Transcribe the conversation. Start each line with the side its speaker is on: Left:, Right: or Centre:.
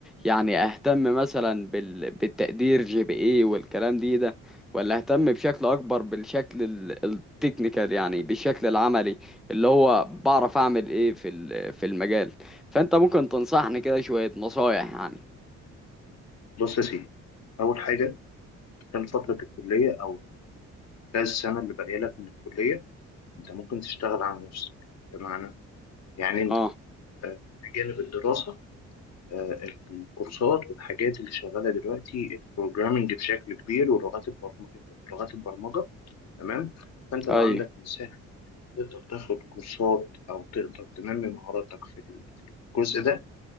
Centre: يعني اهتم مثلا بال... بالتقدير جي بي اي والكلام دي ده ولا اهتم بشكل اكبر بالشكل ال- التكنيكال يعني بالشكل العملي اللي هو بعرف اعمل ايه في ال- في المجال فانت ممكن تنصحني كده شوية نصايح يعني
Left: بص يا سيدي أول حاجة خلال فترة الكلية أو خلال السنة اللي باقية لك من الكلية أنت ممكن تشتغل على نفسك بمعنى يعني أنت
Centre: اه
Left: آه، بجانب الدراسة آه، الكورسات والحاجات اللي شغالة دلوقتي البروجرامينج بشكل كبير ولغات البرم... لغات البرمجة تمام فأنت لو
Centre: ايوه
Left: عندك مساحة تقدر تاخد كورسات أو تقدر تنمي مهاراتك في ال- في الجزء ده